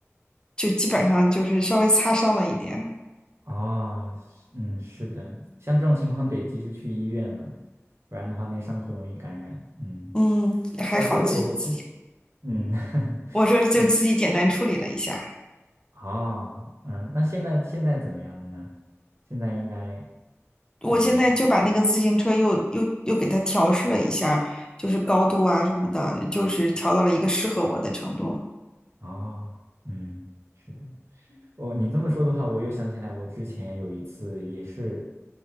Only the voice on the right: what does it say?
哦，是嗯，是的，像这种情况得及时去医院了，不然的话那伤口容易感染。嗯，
我记得我之嗯。<laughs>
我。啊，嗯，那现在现在怎么样了呢？现在应该，
嗯，不
哦，嗯，是的。哦，你这么说的话，我又想起来，我之前有一次也是